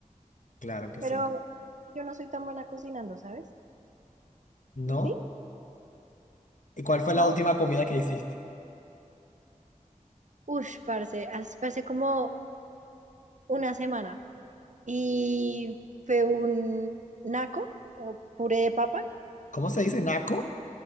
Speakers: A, on the left; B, on the right.
A: claro que
B: Pero
A: sí.
B: yo no soy tan buena cocinando, ¿sabes?
A: ¿No?
B: ¿Tú sí?
A: ¿Y cuál fue
B: No,
A: la última comida que hiciste?
B: uff, parce, hace- hace como una semana y fue un naco o puré de papa.
A: ¿Cómo se dice naco?